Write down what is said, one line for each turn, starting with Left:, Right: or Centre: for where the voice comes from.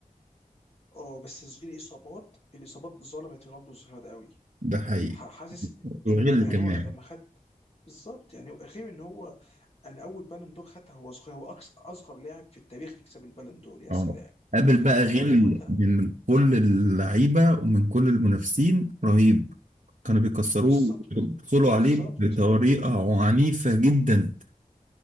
Left: اه بس الاصابات الاصابات ظلمت رونالدو الظهير ده قوي
Right: ده حقيقي
Left: ح- حاسس
Right: وغل
Left: انه يعني
Right: كمان
Left: هو لما خد بالظبط يعني هو- غير ان هو انا اول بالون دور خدها هو صغير هو أكس اصغر لاعب في التاريخ يكسب البالون دور يا سلام
Right: اه قابل بقى
Left: فان
Right: غل
Left: هو ياخدها
Right: من كل اللعيبة ومن كل المنافسين رهيب كانوا بيكسروه
Left: بالظبط
Right: بيدخلوا
Left: بالظبط
Right: عليه بطريقة عنيفة جدا